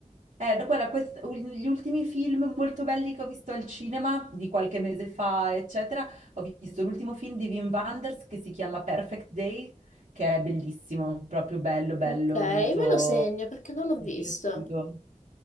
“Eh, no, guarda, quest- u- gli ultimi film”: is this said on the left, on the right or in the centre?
Right